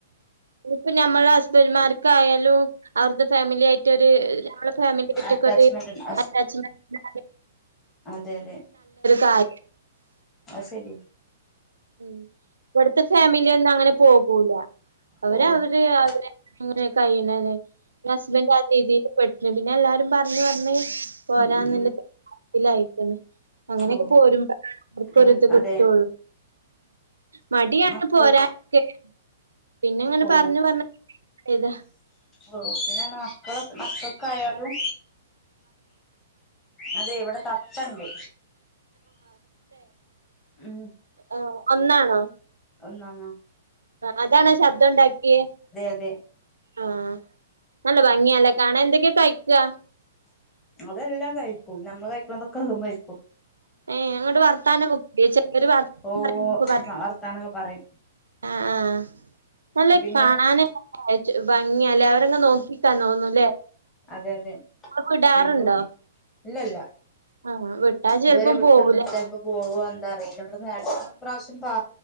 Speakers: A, on the right; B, on the left.
A: ഇഞ്ഞ്പ്പൊ ഞമ്മളെ ഹസ്ബെൻഡ്മാർക്കായാലും അവട്ത്തെ ഫാമിലി ആയിറ്റ് ഒര് ഞമ്മള് ഫാമിലിയാറ്റ്
B: അറ്റാച്ച്മെന്റ്
A: ഒക്കെ ഒര് അറ്റാച്ച്മെന്റാണ്
B: അതെ അതെ
A: കാര്യം
B: അത് ശരിയാ
A: ഉം ഇവ്ട്ത്തെ ഫാമിലി ഒന്നും അങ്ങനെ പോകൂല അവര്
B: ഉം
A: അവര് അവരെ അങ്ങനെ കയ്യ്ണത് ഇന്റ ഹസ്ബെൻഡ് ആ രീതിയില് പെട്ടിന്നു പിന്നെ എല്ലാരും പർണ് പർണ് പോരാന്ന്ല്ല
B: ഉം ഉം
A: തീരുമാന ത്തിലായിക്ക്ണ് അങ്ങനെയെക്കെ
B: ഓ
A: പോരുമ്പൊ അവർക്കും
B: അങ്ങനെ
A: ഒരു ഇത് കിട്ടുഒള്ളൂ
B: അതെ
A: മടിയാണ്
B: മക്കൾ
A: പോരാനൊക്കെ പിന്നെ ഇങ്ങനെ
B: ഓ
A: പറഞ്ഞ് പറണ് വന്നപ്പേ ഇതാ
B: ഓ പിന്നെ ർഞാ മക്കള് മക്കക്കായാലും അതെ ഇവടെ തത്തണ്ട് ഉം
A: ആ ഒന്നാണോ
B: ഒന്നാന്ന
A: ആ അതാണോ ശബ്ദണ്ടാക്ക്യേ
B: അതെ
A: ആ നല്ല ഭംഗിയാ ല്ലേ കാണാൻ എന്തൊക്കെ കഴിക്യ
B: അതെല്ലാം കഴിക്കും നമ്മള് കഴിക്കണതൊക്കെ അതും കഴിക്കും
A: ഏ ന്ന്ട്ട് വർത്താനൊക്കെ ർയോ ചെലോര് വർത്ത
B: ഓ
A: <unintelligible>
B: വർത്താനൊക്കെ പറയും
A: ആ ആ നല്ലൊര്
B: പിന്നെന്ന്
A: കാണാന്
B: വെച്ച
A: ച്ചു ഭംഗിയാല്ലേ അവരങ്ങ് നോക്കിക്കാ തോന്നൂല്ലേ
B: തെതെ
A: വിടാറുണ്ടോ
B: ഞങ്‌ക്കും ഇല്ലല്ല
A: <unintelligible>
B: ഇതുവെരെ വിട്ട്ന്ന്ട്ട്ല്ല
A: പോവൂലേ
B: ചെൽപ്പോ പോവോ എന്താറില്ല ഇവിട്ന്ന് രണ്ട് മൂന്ന് പ്രാശ്യം പാ